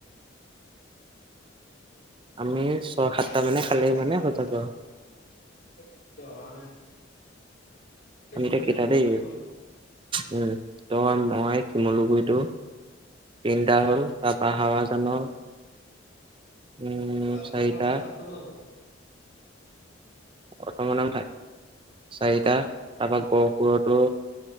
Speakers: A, on the right (about 25°); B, on the left (about 60°).
A: আমি। সাতটা
B: ছয়
A: মানে খালেই
B: সাতটা
A: মানে
B: খালেই
A: হৈ যাব আৰু
B: মানে হৈ যাব তো আহা নাই। বেছি
A: আমি‌ এতিয়া
B: হলে
A: কেইটা
B: হুলস্থুল
A: দেই
B: হয়
A: উম তই মই শিমলুগুৰিটো তিনিটা হ'ল তাপা হাৱাজানৰ উম,
B: বাস্তৱক
A: চাৰিটা
B: মাতিলে বাস্তবো যাব।
A: প্ৰথমৰ নাম থাক চাৰিটা তাৰপৰা গহপুৰতো,